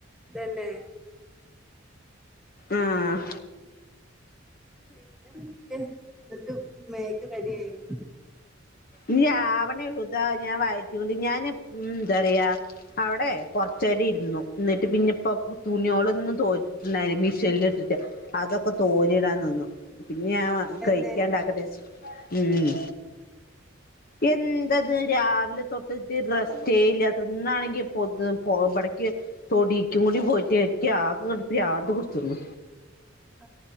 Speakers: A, in the centre; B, on the left.
A: തെന്നെ..
B: ആഹ്
A: പിന്നെ എന്തെക്കെ എന്നിട്ട് മേഗി റെഡിയായോ
B: ഇല്യാ ആവണേള്ളു താ ഞാ വായറ്റികൊണ്ട് ഞാന് ഉം എന്തറയാ അവിടെ കൊറച്ചേരം ഇര്ന്നു എന്നിട്ട് പിന്നെപ്പോ തുണോളൊന്നും തോര ഇന്നലെ മിഷേൻല് ഇട്ടിട്ട് അതൊക്കെ തോരിയിടാൻ നിന്നു പിന്നെ ഞാൻ മറ
A: തന്നെ
B: കഴിക്കണ്ടക്കട്ടേച്ചിട്ട് ഉം ഉം എന്തത് രാവിലെ തൊട്ട്ട്ട് റെസ്റ്റേല്ലാത്തെ ഇന്നാണെങ്കി പൊത് പോ ഇബാടക്ക് തൊടീക്കും കൂടി പോയിട്ട് ഇക്ക്‌ ആകെ ആകെങ്ട്ട് പ്രാന്ത് പിടിച്ച്ക്കണ്
A: ആഹ്